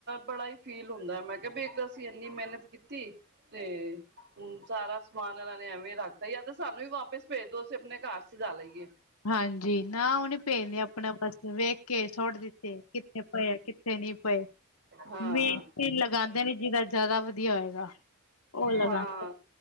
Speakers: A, on the right; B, on the left.
A: ਬੜਾ ਹੀ ਫੀਲ ਹੁੰਦਾ ਮੈਂ ਕਿਹਾ ਵੀ ਇੱਕ ਅਸੀਂ ਇੰਨੀ ਮਿਹਨਤ ਕੀਤੀ ਤੇ ਹੂੰ ਸਾਰਾ ਸਮਾਨ ਇਹਨਾਂ ਨੇ ਐਵੇਂ ਰੱਖਤਾ ਜਾ ਤੇ ਸਾਨੂੰ ਵੀ ਵਾਪਿਸ ਭੇਜ ਦੋ ਅਸੀਂ ਆਪਣੇ ਘਰ <unintelligible>
B: ਹਾਂਜੀ ਨਾ ਉਹਨੇ ਪਏ ਨੇ ਆਪਣਾ ਬਸ ਵੇਖ ਕੇ ਸੁੱਟ ਦਿੱਤੇ ਕਿੱਥੇ ਪਏ ਕਿੱਥੇ ਨਹੀਂ ਪਏ।
A: ਹਾਂ
B: ਮੇਨ ਲਗਾਂਦੇ ਨੇ ਜਿਹਦਾ ਜ਼ਿਆਦਾ ਵਧੀਆ ਹੋਏਗਾ ਉਹ ਲਗਾਂਦੇ
A: ਹਾਂ